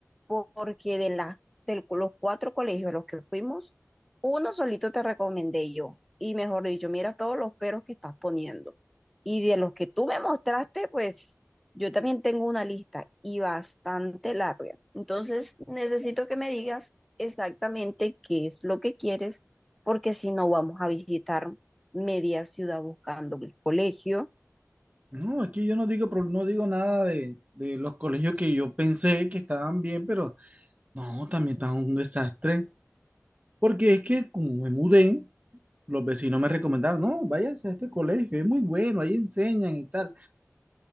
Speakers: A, in the centre; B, on the right (about 25°).
A: porque de la, de los cuatro colegios a los que fuimos, uno solito te recomendé yo. Y mejor dicho, mira todos los peros que estás poniendo. Y de los que tú me mostraste, pues yo también tengo una lista y bastante larga. Entonces, necesito que me digas exactamente qué es lo que quieres, porque si no vamos a visitar media ciudad buscando el colegio.
B: No, aquí yo no digo, pro- no digo nada de, de los colegios que yo pensé que estaban bien, pero no, también están un desastre. Porque es que como me mudé, los vecinos me recomendaron, no, váyase a este colegio, es muy bueno, ahí enseñan y tal.